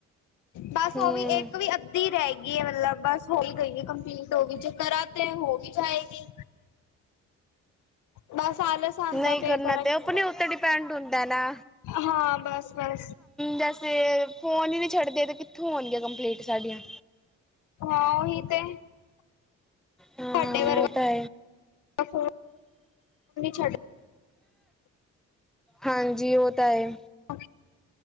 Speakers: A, on the left; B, in the centre.
A: ਬਸ
B: ਹੂੰ
A: ਉਹ ਵੀ ਇੱਕ ਵੀ ਅੱਧੀ ਰਹਿ ਗਈ ਹੈ ਮਤਲਬ ਬਸ। ਹੋਈ ਗਏਗੀ ਕੰਪਲੀਟ ਹੋ ਵੀ ਜ ਕਰਾਂ ਤੇ ਹੋ ਵੀ ਜਾਏਗੀ। ਬਸ ਆਲਸ। ਆਂਦਾ
B: ਨਹੀਂ
A: ਪਿਆ
B: ਕਰਨਾ
A: ਕਰਾਂਗੀ
B: ਤੇ ਆਪਣੇ ਉੱਤੇ ਡਿਪੈਂਡ ਹੁੰਦਾ ਨਾ।
A: ਹਾਂ ਬਸ- ਬਸ।
B: ਵੈਸੇ ਫੋਨ ਹੀ ਨਹੀਂ ਛੱਡਦੇ ਤੇ ਕਿੱਥੋਂ ਆਣਗੀਆਂ ਕੰਪਲੀਂਟ ਸਾਡੀਆਂ।
A: ਹਾਂ ਹੀ ਤੇ।
B: ਹਮ।
A: ਤੁਹਾਡੇ ਵਰਗਾ।
B: ਤੇ।
A: <unintelligible> ਛੱਡ
B: ਹਾਂਜੀ ਉਹ ਤਾਂ ਹੈ
A: ਅੱਛ